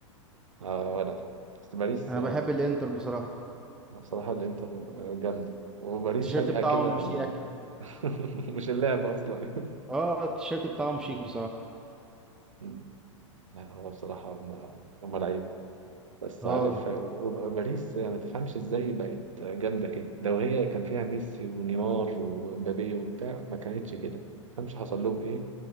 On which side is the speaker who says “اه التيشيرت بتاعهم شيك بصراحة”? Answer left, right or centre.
Centre